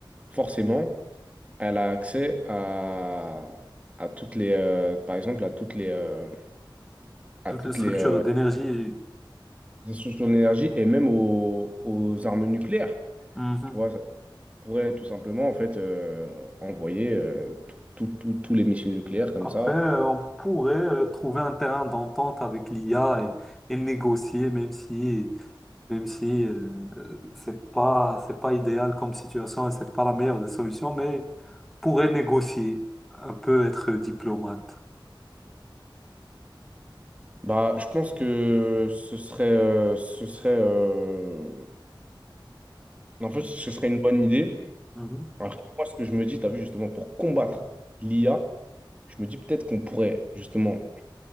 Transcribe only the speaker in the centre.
toute
la structure
d'énergie.
mhm.
Après,
euh, on pourrait euh, trouver un terrain d'entente avec l'IA et, et négocier, même si, même si euh, euh, c'est pas, c'est pas idéal comme situation et c'est pas la meilleure des solutions, mais pourrait négocier, un peu être diplomate.
Mhm.
Mhm.